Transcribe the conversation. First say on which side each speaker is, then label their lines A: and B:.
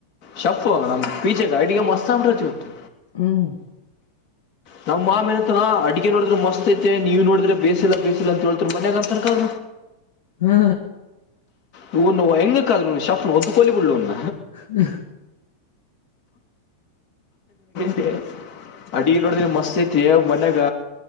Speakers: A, on the left; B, on the left.
A: ಶಫು ನಮ್ ಪೀಜಾಗ ಅಡಗಿ ಮತ್ ಅಂಬ್ರತಿ ಇತ್ತು
B: ಹ್ಮ್
A: ನಮ್ ಮಾಮನಂತ್ನಾ ಅಡ್ಗೆ ನೋಡ್ರೆ ಮಸ್ತ್ ಐತೆ ನೀವು ನೋಡಿದ್ರೆ ಬೇಸಿಲ್ಲಾ ಬೇಸಿಲ್ಲ ಅಂತೇಳ ತಮನ ನಂತರ್ಕಾರ
B: ಹಾ
A: ಹ ಹೆಂಗ ಕ ಶಫ್ ನ ಒದು ಕೊಲಿ ಬಿಡ್ನ್
B: ಹ್ಮ
A: ಟೆ ಅಡಿಗಿ ನೋಡಿದೆ ಮಸ್ತ್ ಐತಿ ಮನ್ಯಾಗ